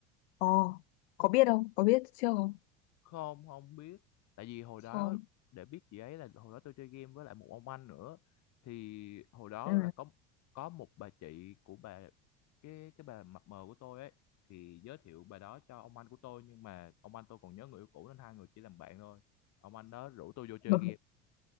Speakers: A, on the left; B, on the left.
A: ờ, có biết không? Có biết chưa không?
B: không không biết tại vì hồi đó
A: Không.
B: để biết chị ấy là hồi đó tôi chơi game với lại một ông anh nữa thì hồi đó
A: Ừ.
B: là có có một bà chị của bà cái cái bà mập mờ của tôi ấy thì giới thiệu bà đó cho ông anh của tôi nhưng mà ông anh tôi còn nhớ người yêu cũ nên hai người chỉ làm bạn thôi ông anh đó rủ tôi vô chơi
A: Ừ.
B: game